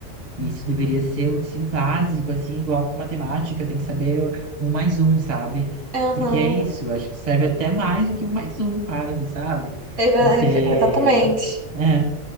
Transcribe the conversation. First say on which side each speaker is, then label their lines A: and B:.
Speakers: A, on the right; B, on the right.
A: Isso deveria ser um ensino básico, assim, igual matemática, tem que saber um mais um, sabe?
B: Aham.
A: Porque é isso, acho que serve até mais do que um mais um, quase, sabe?
B: Exa-
A: Você.
B: Exatamente.
A: a- É.